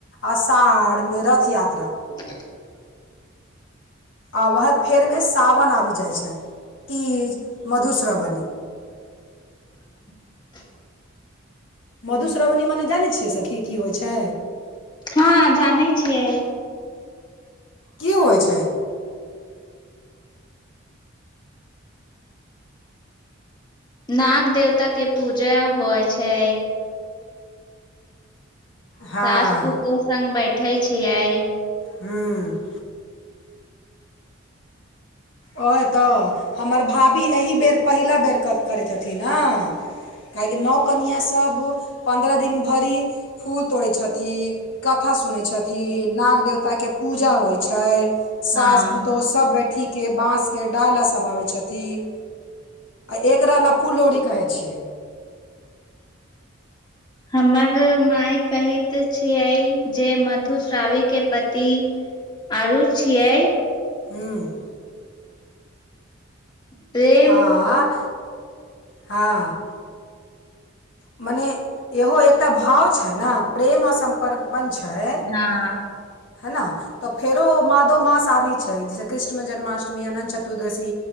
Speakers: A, on the left; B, on the left.
A: अषाढ़मे रथयात्रा
B: <inaudible>
A: आ वैहे वएहे फेरमे सावन आबि जाइ छै तीज मधुश्रावणी
B: <inaudible>
A: मधुश्रावणी मने जानै छियै सखी की होइ छै
B: हँ जानै छियै
A: की होइ छै
B: नाग देवता के पूजा होइ छै
A: हँ
B: सास पूतोह संग बैठे छियै
A: हूँ ओहे तऽ हमर भाभी एहिबेर पहिला बेर करै हथिन न काहेकि नओ कनियाँ सभ पन्द्रह दिन भरि फूल तोड़ै छथिन कथा सुनै छथिन नाग देवताके पूजा होइ छै सास
B: हँ
A: पुतौह सब बैठीक के बाँसके डाला सब आबै छथिन आ एकरा ला फुललौरी कहै छियै <inaudible>
B: हमर माय कहैत छियै जे मधुश्रावी के पति आरू छियै
A: हूँ
B: पे
A: हँ हँ मने इहो एकटा भाव छै ने प्रेम आ सम पर बन छै है
B: हँ
A: न तऽ फेरो मादो मास आबैत छै जैसे कृष्ण जन्माष्टमी अनन्त चतुर्दशी